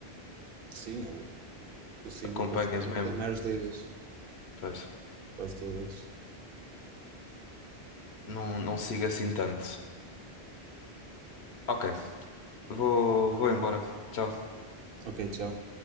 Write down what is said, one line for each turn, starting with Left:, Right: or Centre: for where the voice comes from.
Right: Sim, eu, eu sigo
Left: Acompanhas
Right: praticamente
Left: mesmo,
Right: as maiores ligas,
Left: pois.
Right: quase todas.
Left: Não, não sigo assim tanto. Ok, vou, vou embora. Tchau.
Right: Ok, tchau.